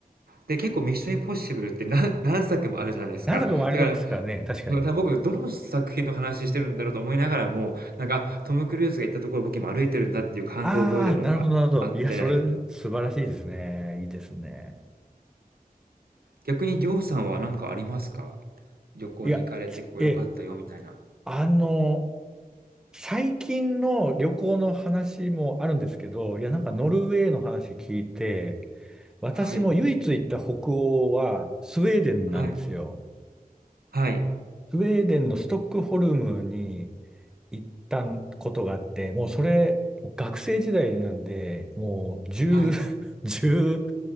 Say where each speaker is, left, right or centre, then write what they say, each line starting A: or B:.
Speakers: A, on the right (about 80°); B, in the centre.
A: で、結構ミッションインポッシブルってなん <laughs> 何作もあるじゃないですか。
B: 何作もありますからね、
A: だから、
B: 確かに。
A: たまた僕どの作品の話してるんだろうと思いながらも、なんか、あ、トム・クルーズが行ったところ僕今歩いてるんだっていう感動を覚えてるのがあって、
B: ああ、なるほど、なるほど。いや、それ、素晴らしいですね。いいですね。
A: 逆にりょうさんは何かありますか？旅行に行かれてここ良かったよみたいな。
B: いや、つええ、あの、最近の旅行の話もあるんですけど、いや、なんかノルウェーの話聞いて、私も唯一行った北欧はスウェーデンなんですよ。
A: はい。はい。はい。
B: スウェーデンのストックホルムに行ったことがあって、もうそれ、学生時代なんで、もう10、
A: はい。
B: <laughs> 15